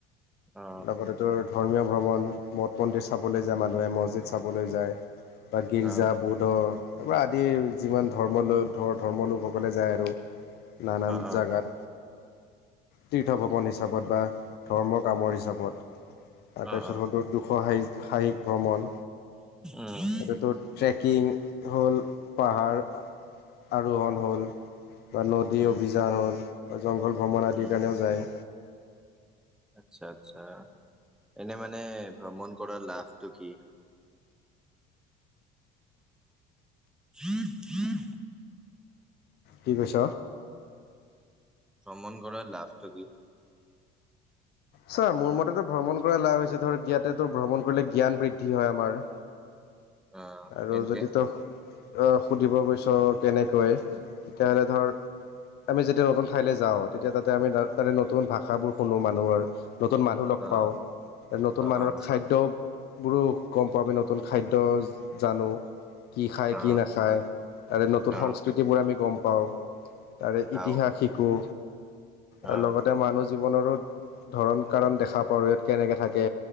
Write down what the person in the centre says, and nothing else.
অ
অ
অ
অ অ অ
উম
উম
উম
আচ্ছা আচ্ছা, এনে মানে ভ্ৰমণ কৰাৰ লাভটো কি? হম' হম'
ভ্ৰমণ কৰাৰ লাভটো কি?
অ
তেনকে
অ
অ
অ
অ অ
অ
আও
অ